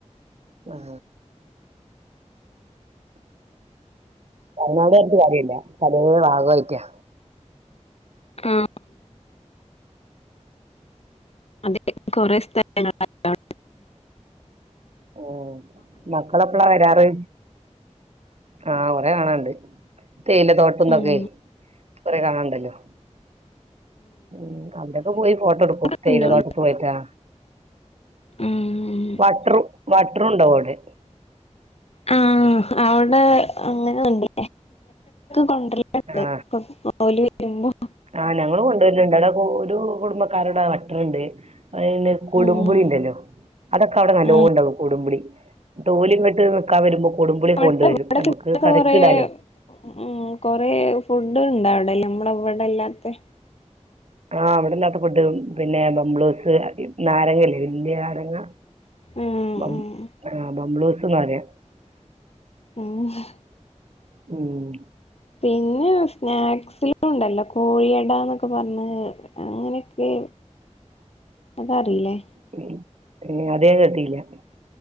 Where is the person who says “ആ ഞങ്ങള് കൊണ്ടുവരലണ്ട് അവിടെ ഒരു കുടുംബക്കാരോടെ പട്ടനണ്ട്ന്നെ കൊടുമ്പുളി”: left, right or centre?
Right